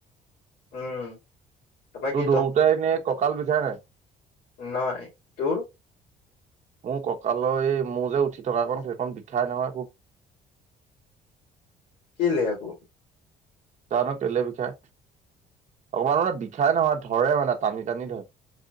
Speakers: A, on the left; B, on the right.
A: উম তাৰপৰা
B: তোৰ
A: কি
B: দৌৰোতে এনে কঁকাল বিষাই নাই?
A: নাই, তোৰ?
B: মোৰ ককালৰ এই, মোৰ যে উঠি থকাকন সেইকন বিষাই নহয় খুব।
A: কেলে আকৌ।
B: জানো কেলে বিখাই। অকমান মানে বিষাই নহয়, ধৰে মানে টানি টানি ধৰে।